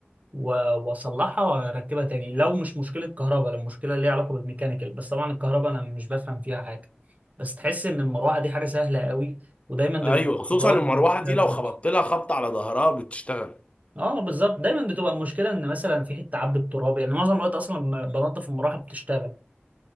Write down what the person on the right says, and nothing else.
و- واصلحها واركبها تاني لو مش مشكله كهرباء لو مشكله ليها علاقه بالميكانيكال بس طبعا الكهرباء انا مش بفهم فيها حاجه بس تحس ان المروحه دي حاجه سهله قوي ودايما بن-
الراجل
بياخد فيها
فلوس
اه بالظبط دايما بتبقى المشكله ان مثلا في حته عبت تراب يعني معظم الوقت اصلا لما بنضف المروحه بتشتغل